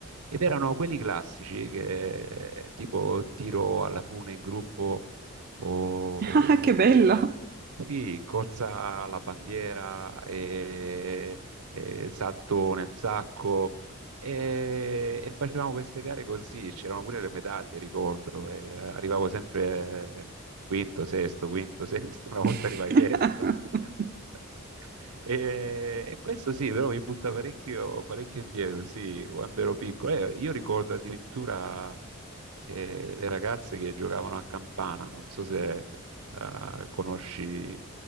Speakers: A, on the right; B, on the right.
A: Ed erano quelli classici, che, eh, tipo tiro alla fune in gruppo o
B: <laughs> Ah, che bello!
A: Sì, corsa alla bandiera, e, e salto nel sacco e, e facevamo queste gare così, c'erano pure le medaglie, ricordo, e arrivavo sempre eh, quinto, sesto, quinto, <laughs> sesto, una volta
B: <laughs>
A: arrivai terzo. <laughs> E, e questo sì, però mi butta parecchio, parecchio indietro, sì, quando ero piccolo. Eh, io ricordo addirittura e le ragazze che giocavano a campana. Non so se eh, conosci